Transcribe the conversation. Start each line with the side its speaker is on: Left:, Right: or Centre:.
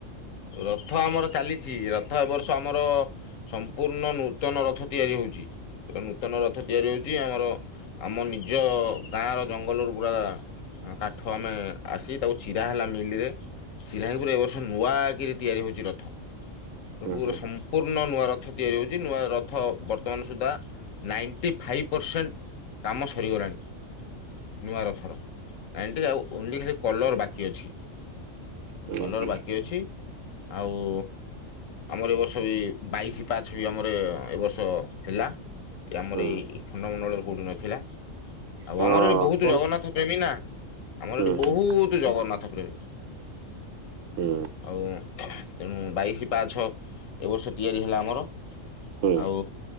Left: ର-ରଥ ଆମର ଚାଲିଚି ରଥ ଏ ବର୍ଷ ଆମର। ସମ୍ପୂର୍ଣ୍ଣ ନୂତନ ରଥ ତିଆରି ହଉଛି। ଗୋଟେ ନୂତନ ରଥ ତିଆରି ହଉଛି ଆମର ଆମ ନିଜ ଗାଁର ଜଙ୍ଗଲରୁ ପୁରା। ଆଁ କାଠ ଆମେ ଆସି ତାକୁ ଚିରା ହେଲା ମିଲରେ। ଚିରାହେଇକି ପୁରା ଏ ବର୍ଷ ନୂଆକିରି ତିଆରି ହଉଛି ରଥ।
Right: ହୁଁ
Left: ପୁରା
Right: ହୁଁ
Left: ସମ୍ପୂର୍ଣ୍ଣ ନୂଆ ରଥ ତିଆରି ହଉଛି ନୂଆ ରଥ ବର୍ତ୍ତମାନ ସୁଦ୍ଧା। ନାଇଣ୍ଟି ଫାଇପ୍ ପରସେଣ୍ଟ କାମ ସରିଗଲାଣି। ନୂଆରଥର ନାଇଣ୍ଟି ଆଉ ଓନ୍ଲି ଖାଲି କଲର୍ ବାକି ଅଛି।
Right: ହୁଁ
Left: କଲର୍
Right: ହୁଁ
Left: ବାକି ଅଛି ଆଉଁ। ଆମର ଏ ବର୍ଷ ବି ବାଇଶି ପାହାଚ ବି ଆମର ଏ ବର୍ଷ ହେଲା। ଏ ଆମର
Right: ହୁଁ
Left: ଏଇ ଖଣ୍ଡମଣ୍ଡଳରେ କଉଠି ନଥିଲା। ଆଉ
Right: ହଁ
Left: ଆମର ଏଇଠି ବହୁତ
Right: କଣ
Left: ଜଗନ୍ନାଥ ପ୍ରେମୀ ନା ଆମର
Right: ହୁଁ
Left: ଏଇଠି ବହୁତ
Right: ହୁଁ
Left: ଜଗନ୍ନାଥ ପ୍ରେମୀ।
Right: ହୁଁ
Left: ଆଉ ତେଣୁ ବାଇଶ ପାହାଛ ଏ ବର୍ଷ ତିଆରି ହେଲା ଆମର।
Right: ହୁଁ
Left: ଆଉ।